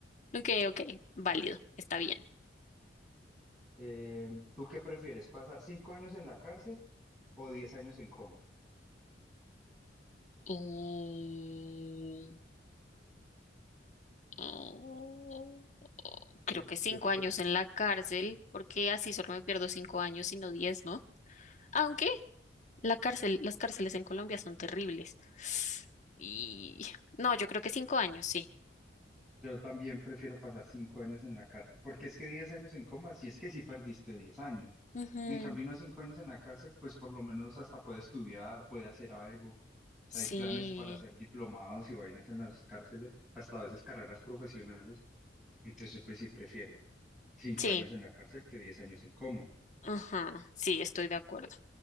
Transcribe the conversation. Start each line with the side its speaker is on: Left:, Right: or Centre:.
Left: Ok, ok. Válido. Está bien.
Centre: Eh, ¿tú qué prefieres? ¿Pasar cinco años en la cárcel o diez años en coma?
Left: Y- y- Creo
Centre: ¿Tú-
Left: que cinco
Centre: tú qué prefieres?
Left: años en la cárcel, porque así solo me pierdo cinco años y no diez, ¿no? Aunque La cárcel, las cárceles en Colombia son terribles. Y no, yo creo que cinco años, sí.
Centre: Yo también prefiero pasar cinco años en la cárcel, porque es que diez años en coma, si es que sí perdiste diez años.
Left: Ujú,
Centre: En cambio, unos cinco años en la cárcel, pues por lo menos hasta puede estudiar, puede hacer algo. O sea,
Left: Sí,
Centre: hay planes para hacer diplomados y vainas en las cárceles, hasta a veces carreras profesionales. Entonces, yo, pues sí prefiero cinco
Left: sí,
Centre: años en la cárcel que diez años en coma.
Left: ajá, sí, estoy de acuerdo.